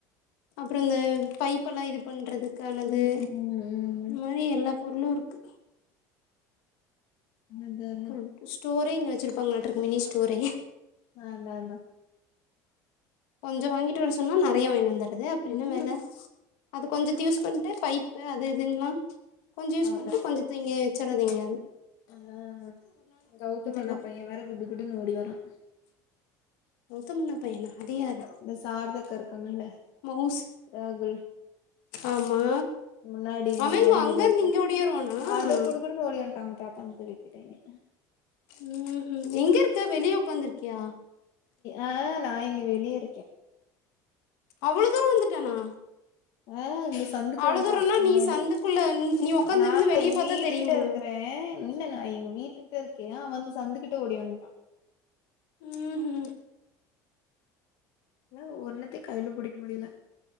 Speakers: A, on the left; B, on the left.
A: அப்றோ இந்த பைப்புலா இது பண்றதுக்கானது
B: ம் ம்
A: இதும ரி எல்லா பொருளு இருக்கு
B: அந்தந்த
A: ஒரு ஸ்டோரிங் வச்சிருப்பாங்களாட்ருக்கு மினி ஸ்டோரி
B: அதா அதா
A: கொஞ்சோ வாங்கிட்டு வர சொன்னா நெறைய வாங்கிட்டு வந்தறது அப்றோ என்ன
B: ம்ஹூம்
A: வேல அது கொஞ்சத்த யூஸ் பண் பைப்பு அது இதுன்லா கொஞ்சோ யூஸ்
B: அதான்
A: பண்ணிட்டு கொஞ்சத்த இங்கே வச்சறது எங்கயாது
B: அ கௌதம் அண்ணா
A: எல்லா
B: பைய வேற குடு குடுன்னு ஓடி வரா
A: மொத்தோ மூணு பையனா அது யாரு
B: சாரதா அக்கா இருக்காங்கல
A: மவுஸ்
B: ராகுல்
A: ஆமா
B: முன்னாடி இந்த
A: அவ
B: மாடி
A: எங்க அங்க
B: வீடு
A: இருந்து
B: இருக்கு
A: இங்க ஓடியாருவானா
B: அத குடு குடுனு ஓடி வன்டாங்க தாத்தா வந்து தூக்கிட்டு போய்ட்டாங்கே
A: ம்ம் எங்க இருக்க வெளிய உக்காந்துருக்கியா
B: ஆ நா இங்க வெளிய இருக்கே
A: அவ்ள தூரோ வந்துட்டானா
B: ஆ சந்துக்கு
A: அவ்ளோ
B: வன்டா
A: தூரம்னா
B: முன்னாடி
A: நீ சந்துக்குள்ள நீ உக்காந்துருந்து
B: நா
A: வெளிய
B: எங்க
A: பாத்தா
B: வீட்டுகிட்ட
A: தெரியுமா
B: இருக்குறே இல்ல நா எங்க வீட்டுக்கிட்ட இருக்கே அவ வந்து சந்துக்கிட்ட ஓடி வன்ட்டா
A: ம்ஹு
B: என்னால ஒன்னுத்தியு கைல புடிக்க முடியல